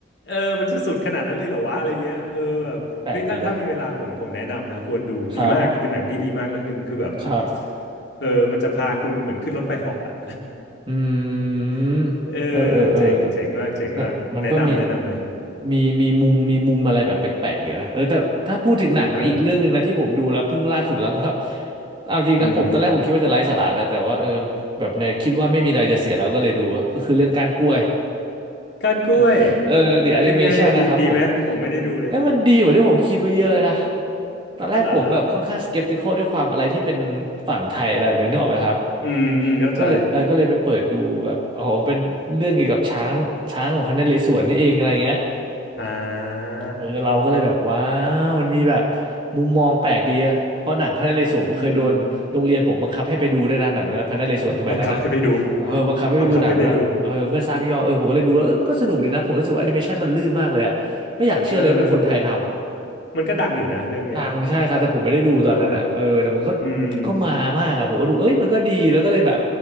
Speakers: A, on the left (about 60°); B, on the right (about 25°).
A: เออมันจะสุดขนาดนั้นเลยเหรอวะอะไรเงี้ย เออแบบเฮ้ยถ้าถ้ามีเวลาผมผมแนะนำนะ
B: เออแปลกดีนะ
A: ควรดูดีมาก
B: ครับ
A: เป็นหนังที่ดีมากเรื่องหนึ่งคือแบบ
B: ครับ
A: เออมันจะพาคุณเหมือนขึ้นรถไฟเหาะอะ
B: อื
A: <laughs>
B: มเออเออเออก็
A: เออเจ๋งเจ๋งมากเจ๋งมากแนะนำแนะนำเลยครับ
B: แต่มันก็มีมีมีมุมมีมุมอะไรแบบแปลกๆดีนะเออแต่ถ้าพูดถึงหนังอีกเรื่องหนึ่งนะที่ผมดูแล้วเพิ่งล่าสุดแล้วก็
A: ใช่
B: <laughs> เอาจริงนะผมตอนแรกผมคิดว่าจะไร้สาระนะแต่ว่าเออ
A: อืม
B: แบบเนี่ยคิดว่าไม่มีอะไรจะเสียแล้วก็เลยดูก็คือเรื่องการกล้วย
A: การกล้วย
B: <laughs> เออ The Animation
A: เป็นไงอ่ะดีดีไหมผมไม่ได้ดูเลย
B: นะครับผมเอ้ยมันดีกว่าที่ผมคิดไว้เยอะนะตอนแรกผมแบบค่อนข้างสเก
A: อ๋อเหรอ
B: p t ิค a ลด้วยความอะไรที่เป็นฝั่งไทยอะไรแบบเนี้ยนึกออกไหมครับ
A: อืมอืมเข้าใจ
B: ก็เลยเออก็เลยไปเปิดดูแบบอ๋อเป็นเรื่องเกี่ยวกับช้างช้างของพระนเรศวรนี่เองอะไรเงี้ย
A: อ่า
B: เออเราก็เลยแบบว้าวมันมีแบบมุมมองแปลกดีอะเพราะหนังพระนเรศวรผมเคยโดนโรงเรียนผมบังคับให้ไปดูด้วยนะหนังพระนเรศวรสมัยนั้นอะ
A: อืมบังคับให้ไปดู
B: เออบังคับให้ไปดูหนังด้วยเออเพื่อสร้างยอดเออผมก็เลยดูแล้วเออมันก็สนุกดีนะผมรู้สึกว่าแอนิเมชันมันลื่นมากเลยอะไม่อยากเชื่อเลยว่าเป็นคนไทยทำ
A: <laughs> บังคับให้ไปดู เออมันก็ดังอยู่นะเรื่องเนี้ย
B: ดังใช่ครับแต่ผมไม่ได้ดูตอนนั้นอะเออแต่มันก็
A: การกล้วย อืม
B: ก็มามากอะผมก็ดูเอ้ยมันก็ดีแล้วก็เลยแบบ